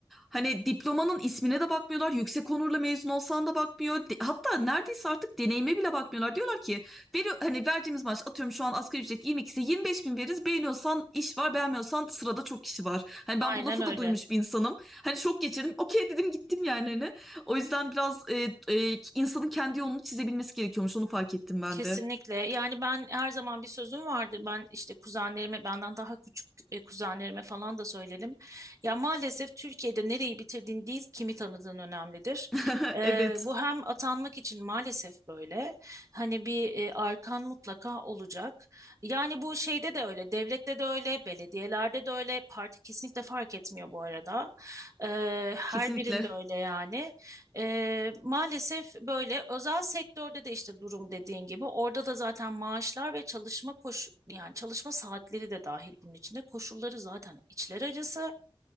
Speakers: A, in the centre; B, on the right.
A: hani diplomanın ismine de bakmıyorlar. Yüksek onurla mezun olsan da bakmıyor. De- hatta neredeyse artık deneyime bile bakmıyorlar. Diyorlar ki veri, hani verdiğimiz maaş atıyorum şu an asgari ücret 22'si 25 bin veririz. Beğeniyorsan iş var beğenmiyorsan sırada çok kişi var. Hani
B: Aynen
A: ben bu lafı
B: öyle.
A: da duymuş bir insanım. Hani şok geçirdim. Okey dedim gittim yani hani. O yüzden biraz e, e, insanın kendi yolunu çizebilmesi gerekiyormuş. Onu fark ettim ben
B: Kesinlikle.
A: de.
B: Yani ben her zaman bir sözüm vardır. Ben işte kuzenlerime, benden daha küçük e, kuzenlerime falan da söylerim. Ya maalesef Türkiye'de nereyi bitirdiğin değil, kimi tanıdığın önemlidir.
A: <laughs>
B: Ee,
A: Evet,
B: bu hem atanmak için maalesef böyle. Hani bir e, arkan mutlaka olacak. Yani bu şeyde de öyle, devlette de öyle, belediyelerde de öyle. Parti kesinlikle fark etmiyor bu arada. Ee, her
A: kesinlikle.
B: birinde öyle yani. Eee, maalesef böyle özel sektörde de işte durum dediğin gibi orada da zaten maaşlar ve çalışma koş yani çalışma saatleri de dahil bunun içinde koşulları zaten içler acısı.